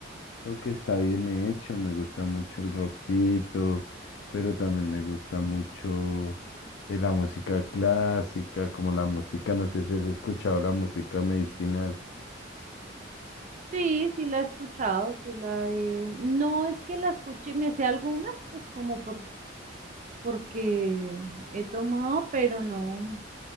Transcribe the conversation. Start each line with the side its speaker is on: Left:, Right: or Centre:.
Left: lo que está bien hecho. Me gusta mucho el rockcito, pero también me gusta mucho eh, la música clásica, como la música, no sé si has escuchado la música medicinal.
Right: Sí, sí la he escuchado, sí la he... No es que la escuche, me sé algunas, pues como por, porque he tomado, pero no,